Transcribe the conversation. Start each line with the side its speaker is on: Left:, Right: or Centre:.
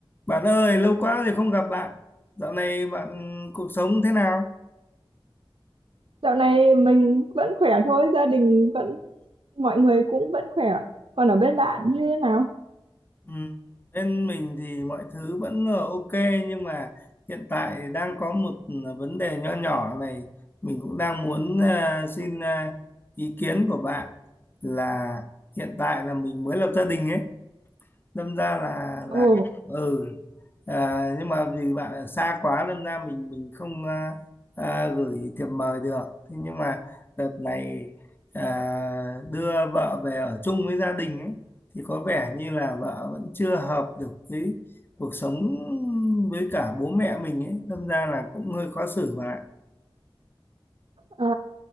Left: Bạn ơi, lâu quá rồi không gặp bạn. Dạo này bạn cuộc sống thế nào?
Right: Dạo này mình vẫn khỏe thôi, gia đình vẫn, mọi người cũng vẫn khỏe. Còn ở bên bạn như thế nào?
Left: Ừ, bên mình thì mọi thứ vẫn ờ, ok nhưng mà hiện tại đang có một à, vấn đề nho nhỏ này. Mình cũng đang muốn ờ, xin ờ, ý kiến của bạn là hiện tại là mình mới lập gia đình ấy đâm ra là
Right: Ồ,
Left: là ừ à, nhưng mà vì bạn ở xa quá đâm ra mình mình không à, à, gửi thiệp mời được thế nhưng mà đợt này à, đưa vợ về ở chung với gia đình ấy thì có vẻ như là vợ vẫn chưa hợp được với cuộc sống với cả bố mẹ mình ấy đâm ra là cũng hơi khó xử bạn ạ
Right: à,